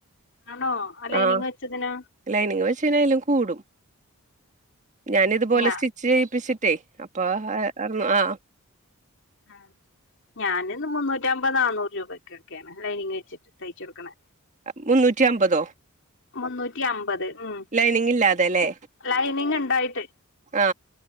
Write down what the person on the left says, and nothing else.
ആണോ ആ ലൈനിങ്
വെച്ചതിനോ
ഞാ
ആ ഞാനിന്ന് മുന്നൂറ്റമ്പത് നാന്നൂറ് രൂപക്കൊക്കെയാണ് ലൈനിങ് വെച്ചിട്ട് തയ്ച്ചൊടുക്കണെ.
മുന്നൂറ്റി അമ്പത്. ഉം
ലൈനിങ്ണ്ടായിട്ട്.